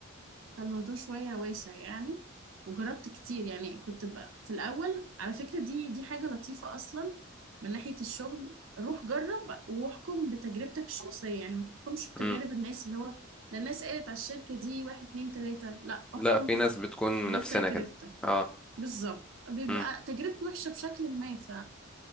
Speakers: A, on the right; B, in the centre.
A: فالموضوع شوية واسع يعني وجربت كتير يعني كنت بقى في الأول على فكرة دي دي حاجة لطيفة أصلا من ناحية الشغل روح جرب واحكم بتجربتك الشخصية يعني ما تحكمش بتجارب
B: امم
A: الناس اللي هو ده الناس قالت على الشركة دي واحد اتنين تلاتة لا
B: لا
A: احكم
B: في ناس بتكون من
A: بتجربتك
B: نفسنا كده اه
A: بالظبط بيبقى
B: امم
A: تجربتي وحشة بشكل ما ف...